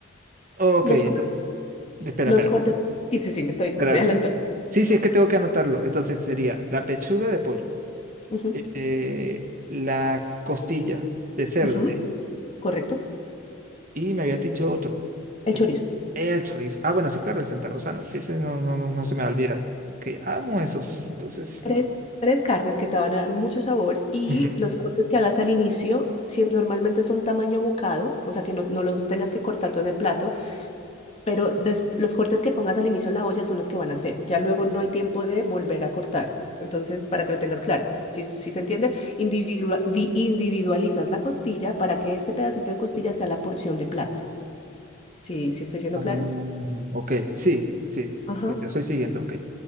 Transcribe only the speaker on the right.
Ok,
entonces,
espera,
espera,
espera.
Sí, sí, sí, es que tengo que anotarlo. Entonces sería la pechuga de pollo,
eh, la costilla de cerdo.
Y me había dicho otro.
Pero
que- el chorizo. Ah, bueno, sí, claro, el Santa Rosano. Sí, ese no, no, no, no se me va a olvidar. Porque amo esos. Entonces,
no.
Ujú.
Ah,
ok, sí, sí. sí,
Te estoy siguiendo, ok.